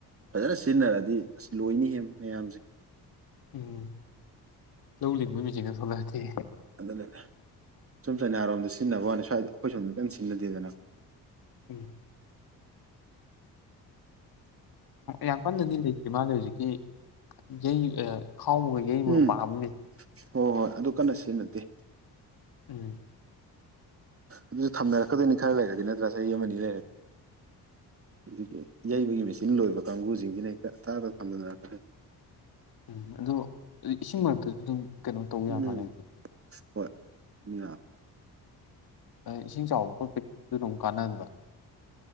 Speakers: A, on the right; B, on the left.
A: ꯐꯖꯅ ꯁꯤꯖꯤꯟꯅꯔꯗꯤ ꯑꯁ ꯂꯣꯏꯅꯤ ꯍꯦ ꯃꯌꯥꯝꯖꯦ
B: ꯎꯝ ꯂꯧ ꯂꯤꯡꯕꯒꯤ ꯃꯦꯆꯤꯟ ꯒꯥ ꯊꯣꯛꯂꯥꯛ ꯑꯗꯤ
A: ꯑꯗꯨꯅꯦꯗꯥ ꯁꯨꯝ ꯆꯩꯅꯥꯔꯣꯝꯗ ꯁꯤꯖꯤꯟꯅꯕ ꯋꯥꯅꯤ ꯁ꯭ꯋꯥꯏꯗ ꯑꯩꯈꯣꯏ ꯁꯣꯝꯗ ꯑꯝ ꯇꯥ ꯁꯤꯖꯤꯟꯅꯗꯦꯗꯅ
B: ꯎꯝ ꯌꯥꯡ ꯀꯟꯅꯥꯗꯤ ꯂꯩꯇꯔꯤ ꯃꯥꯂꯦ ꯍꯧꯖꯤꯛꯀꯤ ꯌꯩ ꯈꯥꯎꯕꯒ ꯌꯩꯕꯒ
A: ꯎꯝ
B: ꯄꯥꯕꯅꯤꯅꯥ
A: ꯍꯣꯏ ꯍꯣꯏ ꯑꯗꯨ ꯀꯟꯅ ꯁꯤꯖꯤꯟꯅꯗꯦ
B: ꯎꯝ
A: ꯑꯗꯨꯁꯨ ꯊꯝꯅꯔꯛꯀꯗꯣꯏꯅꯦ ꯈꯔ ꯂꯩꯔꯗꯤ ꯅꯠꯇ꯭ꯔꯥ ꯆꯍꯤ ꯑꯃ ꯑꯅꯤ ꯂꯩꯔꯗꯤ ꯑꯗꯨꯒꯤ ꯌꯩꯕꯒꯤ ꯃꯦꯆꯤꯟ ꯂꯣꯏꯕ ꯀꯥꯡꯕꯨꯁꯤꯡꯁꯤꯅ ꯍꯦꯛꯇ ꯇꯥꯗ ꯐꯝꯗꯅꯔꯛꯀꯅꯤ
B: ꯎꯝ ꯑꯗꯣ ꯏꯁꯤꯡ ꯃꯔꯛꯇꯁꯨ ꯑꯗꯨꯝ ꯀꯩꯅꯣ ꯇꯧ ꯌꯥ ꯃꯥꯜꯂꯦ
A: ꯎꯝ
B: ꯑꯗꯨꯗꯤ
A: ꯍꯣꯏ ꯃꯤ ꯌꯥ
B: ꯏꯁꯤꯡ ꯆꯥꯎꯕ ꯈꯣꯠꯄꯒꯤꯗꯤ ꯑꯗꯨꯝ ꯀꯥꯟꯅꯗꯅ